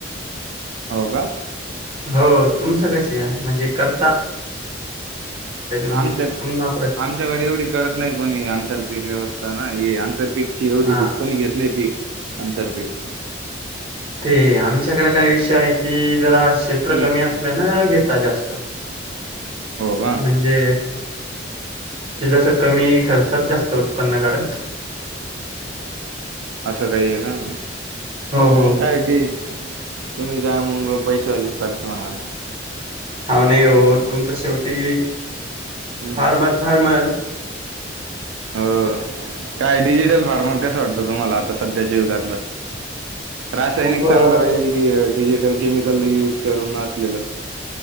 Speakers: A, on the right; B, on the right.
A: <inaudible>
B: हो का?
A: हो तुमच कशी आहे. म्हणजे कर, म्हणजे
B: आमच्या,
A: पुन्हा प्र
B: आमच्याकडे एवढी करत नाही कोणी आंतरपीक. व्यवस्था ना ही, आंतर पिक ची एवढी
A: हा
B: कोणी घेत नाही. पीक आंतर पिक!
A: ते आमच्याकडे काय विषय आहे, कि जरा क्षेत्र
B: हं,
A: कमी असल्या ना घेता जास्त.
B: हो का
A: म्हणजे! ते जसं कमी खर्चात, जास्त उत्पन्न काढायचं.
B: असं काही ये का,
A: हो हो.
B: मग काय ती! तुम्ही काय मग पैशा वाली पार्टी होणार.
A: आहो नाही हो तुमच शेवटी,
B: हं.
A: फार्मर, फार्मर,
B: हो काय डिजिटल फार्मर कस वाटतं? तुम्हाला आता सध्याच्या युगातलं.. रासायनिक
A: खूप
B: चांगलं
A: अ
B: राहील की, डिजिटल, केमिकल, युज करून असलेलं.